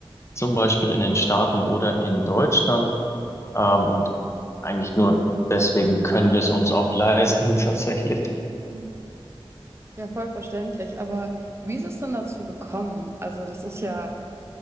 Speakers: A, on the left (about 30°); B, on the right (about 25°).
A: zum Beispiel in den Staaten oder in Deutschland. Ähm, und eigentlich nur deswegen können wir es uns auch leisten, <laughs> tatsächlich.
B: Hm. Ja, voll verständlich. Aber wie ist es denn dazu gekommen? Also, das ist ja